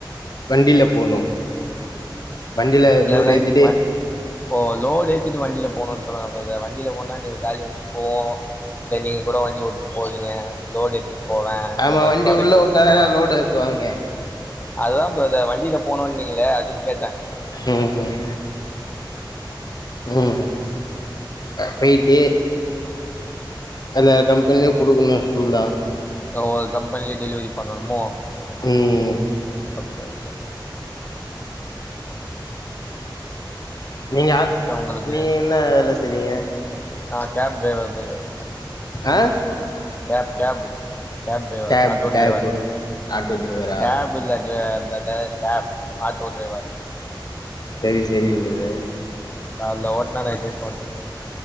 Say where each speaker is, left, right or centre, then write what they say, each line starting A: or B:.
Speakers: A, on the left; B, on the left.
A: வண்டில போனும் வண்டில லோடு
B: தான்
A: ஏத்திட்டு
B: வ ஓ லோடு ஏத்திட்டு வண்டில போனும்னு சொல்லுங்க பிரதர் வண்டியில போனா நீங்க காலி வண்டி போம் இல்ல நீங்க கூட வண்டி ஓட்டி போவீங்க லோடு எடுத் திட்டு போவேன் இந்த
A: ஆமா
B: மாரி
A: வண்டி
B: பிராடெக்ட்ஸ்
A: உள்ள
B: எடுத்துட்டு
A: வுட்டாதான
B: போவேன்
A: லோடு ஏத்துவாங்க
B: அதுதான் பிரதர் வண்டில போனோம்னீங்கள அது கேட்டேன்
A: உம் உம் உம் ம் போயிட்டு எல்லா கம்பெனிலயும் கொடுக்கணும் ஷூலாம்
B: ஒவ்வொரு கம்பெனிலயு பண்ணணுமோ
A: உம்
B: க்கம் போ <unintelligible>
A: நீங்க
B: உங்களுக்கு
A: நீ என்ன வேல செய்றீங்க
B: நான் கேப் ட்ரைவர் பிரதர்
A: ஆஹ
B: கேப் கேபு கேப் டைவர்
A: டேப்
B: ஆட்டோ
A: டேப்பு
B: டைவர்
A: ஆட்டோ டிரைவரா
B: கேபு இல்ல பிரதர் கேப் ஆட்டோ டிரைவர்
A: செரி செரி பிரதர்
B: கால்ல ஓட்னா நைட்டுக்கு போட்டுப்பேன்